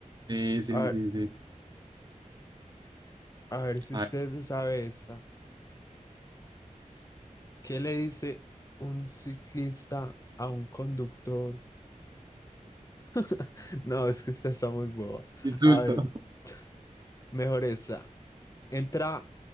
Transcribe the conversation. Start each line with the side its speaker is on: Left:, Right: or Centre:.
Right: Sí, sí,
Left: A ver,
Right: sí, sí.
Left: a ver si
Right: A
Left: usted
Right: ver,
Left: se sabe esa. ¿Qué le dice un ciclista a un conductor? <laughs> No, es que esta está muy boba.
Right: insulto.
Left: A ver, <laughs> mejor esta Entra